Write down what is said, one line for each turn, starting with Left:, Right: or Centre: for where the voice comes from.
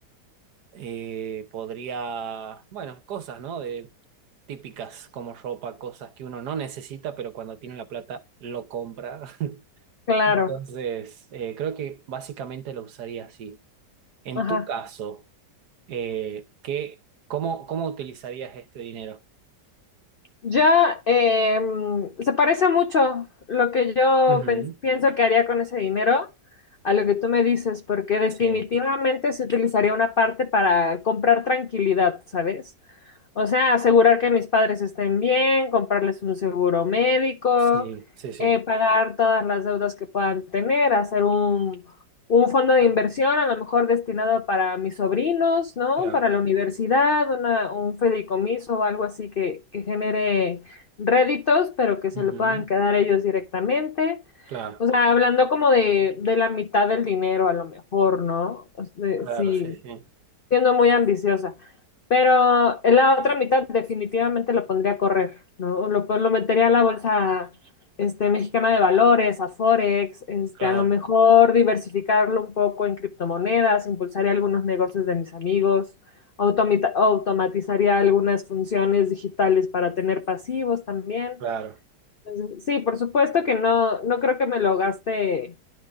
Right: eh, podría, bueno, cosas, ¿no? De, típicas como ropa, cosas que uno no necesita, pero cuando tiene la plata lo compra. <laughs>
Left: Claro.
Right: Entonces, eh, creo que básicamente lo usaría así. En
Left: Ajá.
Right: tu caso, eh, ¿qué, cómo, cómo utilizarías este dinero?
Left: Ya em, se parece mucho lo que yo
Right: Ujú.
Left: pens- pienso que haría con ese dinero a lo que tú me dices, porque definitivamente
Right: Sí,
Left: se utilizaría una parte para comprar tranquilidad, ¿sabes? O sea, asegurar que mis padres estén bien, comprarles un seguro médico,
Right: sí, sí, sí,
Left: eh, pagar todas las deudas que puedan tener, hacer un, un fondo de inversión, a lo mejor destinado para mis sobrinos, ¿no?
Right: claro.
Left: Para la universidad, una- un fideicomiso o algo así que, que genere réditos, pero que se
Right: Ujú.
Left: lo puedan quedar ellos directamente.
Right: Claro,
Left: O sea, hablando como de, de la mitad del dinero, a lo mejor, ¿no? O sea,
Right: claro,
Left: sí
Right: sí, sí,
Left: siendo muy ambiciosa. Pero en la otra mitad definitivamente lo pondría a correr, ¿no? Lo, pon- lo metería a la bolsa este, mexicana de valores, a Forex, este,
Right: claro,
Left: a lo mejor diversificarlo un poco en criptomonedas, impulsaría algunos negocios de mis amigos, automita- automatizaría algunas funciones digitales para tener pasivos también.
Right: claro.
Left: Entonces, sí, por supuesto que no, no creo que me lo gaste